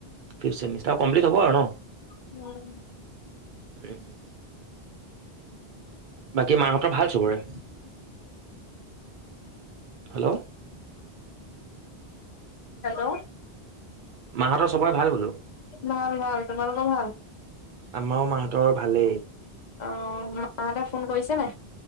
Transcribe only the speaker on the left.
<unintelligible>
<inaudible>
হেল্ল'।
ভাল ভাল তোমালোকৰ ভাল।
অ মাহঁতে ফোন কৰিছে নাই।